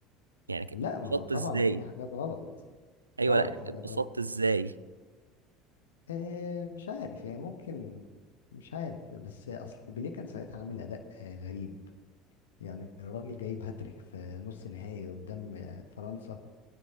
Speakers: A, on the right (about 80°); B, on the left (about 75°).
A: يعني ك-
B: لا ما
A: اتبسطت
B: هو طبعا
A: ازاي
B: في حاجات غلط
A: ايوه
B: طبعا
A: لا
B: في حاجات
A: اتبسطت
B: غلط كتير.
A: ازاي
B: آه مش عارف يعني ممكن مش عارف بس اصل بيليه كان ساعتها عامل اداء آه، غريب يعني الراجل جايب هاتريك في نص نهائي قدام آه، فرنسا